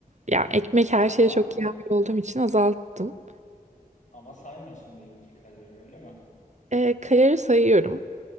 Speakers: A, on the right (about 50°); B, on the left (about 55°).
A: yani ekmek her
B: Ama
A: şeye çok iyi olduğum için azalttım.
B: ama saymıyorsun belli ki kalori öyle mi?
A: Eee kalori sayıyorum.